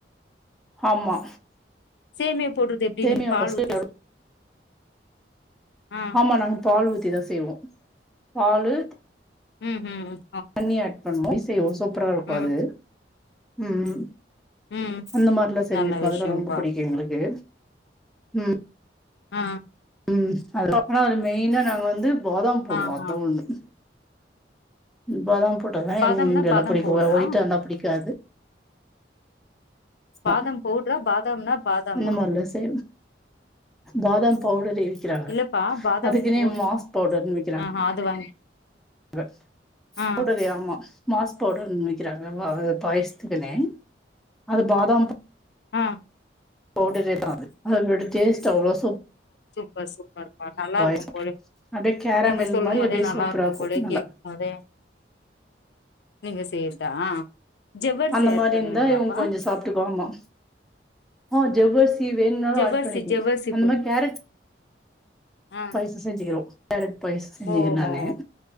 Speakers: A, in the centre; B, on the left.
A: ஆமா
B: சேமி யா போடுறது எப்படி
A: சேமியா
B: நீங்க பால்
A: ஃபஸ்ட்டு
B: ஊத்தி செ ஆ
A: ஆமா நாங்க பால் ஊத்தி தான் செய்வோம் பாலு
B: உம் உம் உம்
A: தண்ணிய ஆட் பண்ணுவோ <inaudible> சூப்பரா இருக்கு
B: ம்
A: அது ம் ம்
B: ம்
A: அந்த மாரில்லா செஞ்சிருக்கோ
B: நல்ல விஷயம்ப்பா
A: அதெல்லா ரொம்ப புடிக்கு எங்களுக்கு ம்
B: ஆ
A: ம் <inaudible> அது மெய்னா நாங்க வந்து பாதாம் போடுவோ
B: ஆஹா
A: அதா ஒன்னு பாதாம் போட்ருங்க
B: பாதாம்னா
A: இங்கெல்லா
B: பாதாம்
A: புடிக்குமா
B: பவுட்ரா
A: ஒயிட்டா இருந்தா புடிக்காது
B: பாதாம்
A: மா
B: பவுட்ரா பாதாம்னா பாதாமா
A: அந்த மாரிலா செ பாதாம் பவ்டரே க்கிறாங்க
B: இல்லப்பா பாதாம்
A: அதுக்குனே
B: பவுட்
A: மாஸ் பவ்டர்னு விக்கிறாங்க
B: ஆஹா அது வாங்கி
A: க
B: ஆ
A: பவ்டரே ஆமா மாஸ் பவ்டருன் விக்கிறாங்க வ பாயசத்துக்னே அது பாதாம் ப
B: அ
A: பவ்டரேதா அது அதோட டேஸ்ட்டு அவ்ளோ <inaudible>
B: பசு பார்ப்பா நல்லா
A: பாயசம்
B: இருக்கும் போல
A: அப்டியே கேரமில்
B: நீங்க சொல்லும்
A: மாரி
B: போதே
A: அப்டியே
B: நல்லா
A: சூப்பரா
B: இருக்கும்
A: இருக்கு
B: போல
A: நல்லா
B: கேக்கும் போதே நீங்க செய்யறதா ஆ ஜவ்வரிசி
A: அந்த
B: ஆட்
A: மாரி
B: பண்ணுவீங்களாப்பா
A: இருந்தா இவுங் கொஞ்சொ சாப்டுக்குவாங்கோ அ ஜவ்வர் சி வேணுன்னாலு
B: ஜவ்வரிசி
A: ஆட் பண்ணிப்போ
B: ஜவ்வரிசி
A: அந்த
B: போ
A: மாரி கேரட்
B: ஆ
A: பைசு செஞ்சுக்கிறோ கேரட் பாய்ஸ் செஞ்சிக்கு
B: ஓஹோ
A: நானு